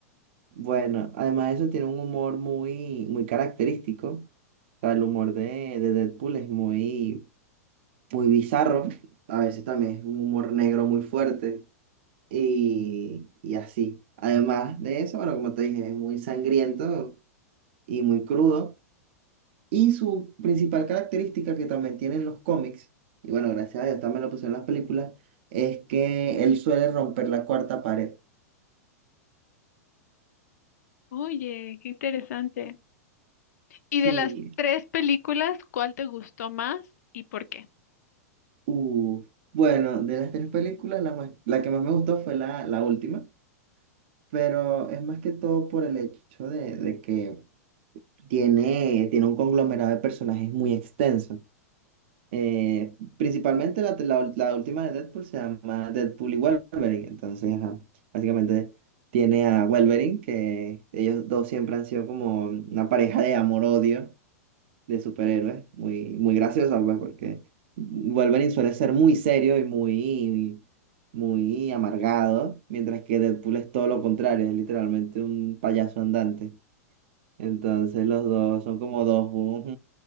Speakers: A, on the right; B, on the left.
A: bueno, además de eso tiene un humor muy, muy característico. O sea, el humor de, de Deadpool es muy, muy bizarro. A veces también es un humor negro muy fuerte y, y así. Además de eso, bueno, como te dije, es muy sangriento y muy crudo. Y su principal característica que también tienen los cómics, y bueno, gracias a Dios también lo pusieron en las películas, es que él suele romper la cuarta pared.
B: oye, qué interesante. ¿Y
A: Sí,
B: de las tres películas, cuál te gustó más y por qué?
A: uf. Bueno, de las tres películas, la, más- la que más me gustó fue la, la última, pero es más que todo por el hecho de, de que tiene, tiene un conglomerado de personajes muy extenso. Eh, principalmente la, la, la última de Deadpool se llama Deadpool y Wolverine. Entonces, ajá, básicamente tiene a Wolverine, que ellos dos siempre han sido como una pareja de amor-odio de superhéroes. Muy, muy graciosa, pues, porque Wolverine suele ser muy serio y muy, muy amargado, mientras que Deadpool es todo lo contrario, es literalmente un payaso andante. Entonces, los dos son como dos, ujú,